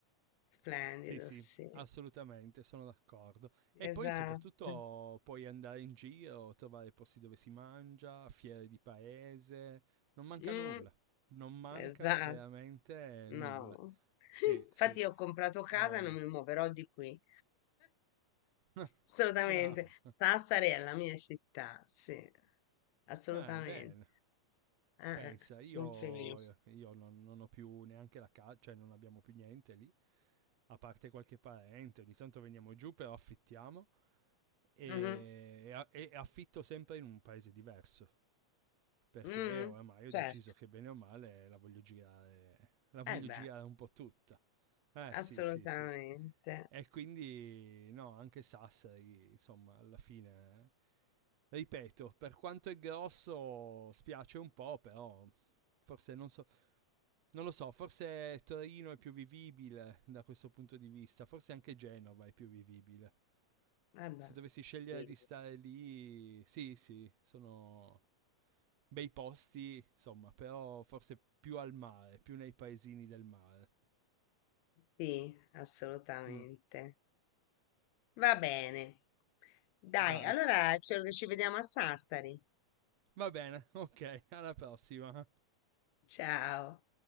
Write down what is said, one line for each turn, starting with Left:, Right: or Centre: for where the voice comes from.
Left: splendida,
Right: Sì, sì,
Left: sì,
Right: assolutamente, sono d'accordo. E
Left: esatto,
Right: poi soprattutto puoi andare in giro, trovare posti dove si mangia, fiere di paese, non manca
Left: Mm,
Right: nulla, non manca
Left: esatto,
Right: veramente
Left: no.
Right: nulla.
Left: <laughs>
Right: Sì, sì.
Left: Infatti io ho comprato casa
Right: Eh,
Left: e non mi muoverò di qui,
Right: <laughs>
Left: assolutamente.
Right: bravo.
Left: Sassari è la mia città, sì, assolutamente.
Right: Eh, bene,
Left: Eh,
Right: pensa,
Left: eh, sono
Right: io,
Left: felice.
Right: io non, non ho più neanche la casa, cioè non abbiamo più niente lì, a parte qualche parente, ogni tanto veniamo giù, però affittiamo e,
Left: Mhm.
Right: e affitto sempre in un paese diverso. perché
Left: Mm,
Right: oramai ho
Left: certo,
Right: deciso che bene o male la voglio girare, la voglio
Left: eh beh,
Right: girare un po' tutta. Eh sì,
Left: assolutamente.
Right: sì, sì. E quindi no, anche Sassari, insomma, alla fine, eh, ripeto, per quanto è grosso spiace un po', però forse non so, non lo so, forse Torino è più vivibile da questo punto di vista, forse anche Genova è più vivibile.
Left: Eh
Right: Se
Left: beh,
Right: dovessi scegliere
Left: sì,
Right: di stare lì, sì, sì, sono bei posti, insomma, però forse più al mare, più nei paesini del mare.
Left: sì, assolutamente.
Right: Mm,
Left: Va bene. Dai,
Right: dai,
Left: allora ci ci vediamo a Sassari.
Right: va bene, ok, alla prossima.
Left: Ciao.